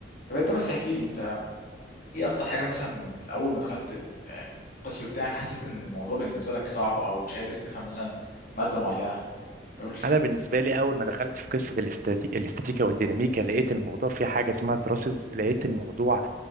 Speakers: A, on the left; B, on the right.
A: طب انت بس احكي لي انت ايه اكتر حاجه مثلا اول ما دخلت ال- القسم بتاعك حسيت ان الموضوع بالنسبه لك صعب او مش قادر تفهم مثلا ماده معينه قول لي
B: انا بالنسبه لي اول ما دخلت في قصه الاستاتي... الاستاتيكا والديناميكا لقيت الموضوع فيه حاجه اسمها تراسز لقيت الموضوع